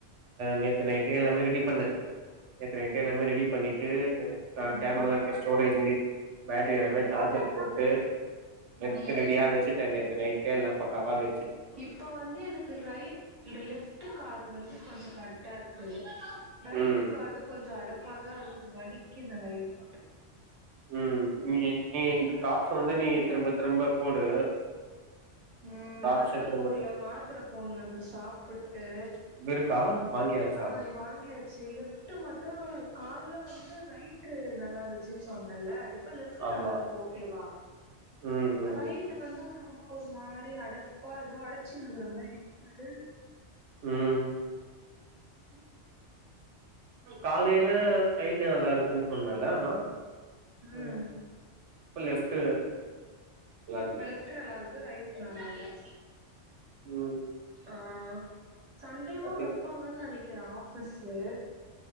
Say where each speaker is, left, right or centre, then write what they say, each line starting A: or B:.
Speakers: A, on the right; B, on the right.
A: நேத்து நைட்டே எல்லாமே ரெடி பண்ணேன் நேத்து நைட்டே எல்லாமே ரெடி பண்ணிட்டு ஆஹ்
B: ம்
A: கேமரால இருக்க ஸ்டோரேஜ் பேட்டரி எல்லாமே போட்டு எடுத்து
B: ம்
A: ரெடியா வெச்சிட்டேன் நேத்து நைட்டே எல்லாம் பக்காவ ரெ
B: இப்ப வந்து எனக்கு ரைட் லெஃப்ட் காது வந்து கொஞ்சம் கரெக்ட் டா இருக்கு ரைட்டுக்காது
A: ம்
B: கொஞ்சம் அடப்பு <unintelligible> தான் இருக்கு வலிக்குது <unintelligible>
A: உம் நீ நீ
B: கிளியராவே
A: இந்த டிராப்ஸ் வந்து
B: ஆகல
A: நீ திரும்ப திரும்ப போடு
B: உம்
A: டாப்ஸ
B: மாத்திர
A: திரும்ப
B: போடல மாத்திர போடனும் இப்ப சாப்பிட்டு.
A: திரும்ப இருக்கா வாங்கியாச்சா
B: ஆஹ் வாங்கியாச்சு லிப்ட் மட்டும் கால்ல வந்து ரைட்டுரு நல்லா இருந்துச்சு சொன்ன இல்ல இப்ப லெப்டுல
A: ஆமா
B: நல்லா இருக்கு ஒகே வ
A: ம் ம்
B: ரய்டு வந்து ஒரு ஒரு மாதிரி அடப்பா ஏதோ அடைச்சுனு இருக்குன மாரி உம்
A: ம்
B: உம்
A: காலையில நைட்டு நல்லா இருக்குன்னு சொன்னல ஆனா
B: உம்
A: ம். லெஃப்ட் நல்லா இருக்கு
B: லெஃப்டு நல்லா இருந் ரைட்டு நல்லா இல்ல
A: ம்
B: ஆ சண்டேவும்
A: பாத்தீங்க
B: வெப்பாங்கன்னு நெனைக் கிரா ஆபீஸு